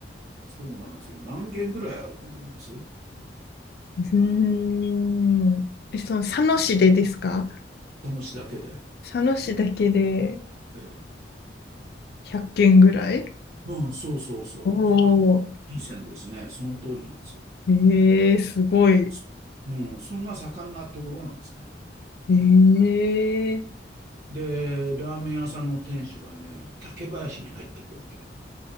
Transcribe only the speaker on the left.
うーん。え、その佐野市でですか
佐野市だけで
100件ぐらい
おお
ー、えー、すごい。
えー、